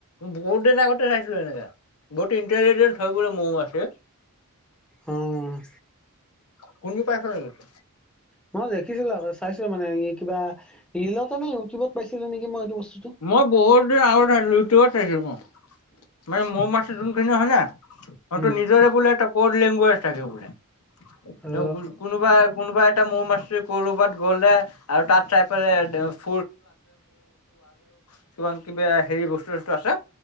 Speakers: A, on the left (about 85°); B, in the centre.
A: বহুত দিন আগতে <unintelligible> এনেকা। বহুত ইণ্টেলিজেণ্ট হয় বোলে মৌ-মাখি?
B: অ',
A: শুনি পাইছ নেকি
B: মই দেখিছিলোঁ আগতে চাইছিলে মানে ই কিবা ৰিলতে নে ইউটিউবত পাইছিলোঁ নেকি মই এইটো বস্তুটো।
A: মই বহুত দিন আগত চাইছিলোঁ ইউটিউবত চাইছোঁ মই। মানে মৌ মাখি জোনপিনে হয়নে <unintelligible>
B: উম
A: নিজৰে বোলে এটা ক'ড লেংগুৱেজ থাকে বোলে <unintelligible>
B: অ
A: কোনোবা, কোনোবা এটা মৌ মাসি কৰবাত গ'লে আৰু তাত <unintelligible> কিছুমান কিবা হেৰি বস্তু-চস্তু আছে।